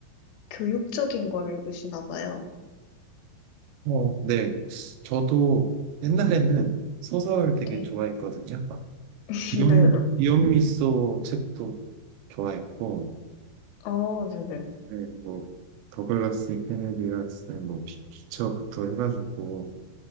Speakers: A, on the left; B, on the right.
A: 교육적인 거를 읽으시나 봐요.
B: 어, 네. 저도 옛날에는 소설 되게
A: 네.
B: 좋아했거든요. 막
A: <laughs>
B: 기욤,
A: 네
B: 기욤미소 책도 좋아했고,
A: 어, 네네.
B: 네, 뭐, 더글라스 케네디가 쓴 뭐, 피- 피처부터 해가지고,